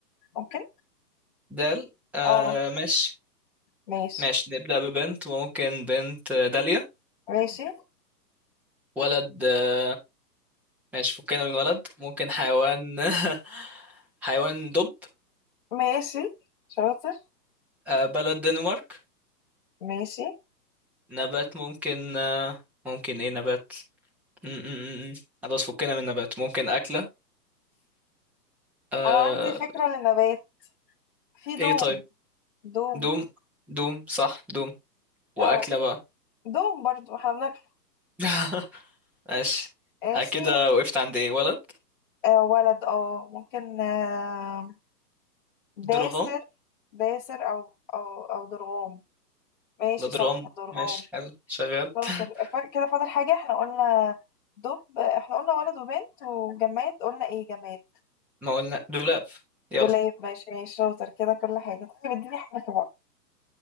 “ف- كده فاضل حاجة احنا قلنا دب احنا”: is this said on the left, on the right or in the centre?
Left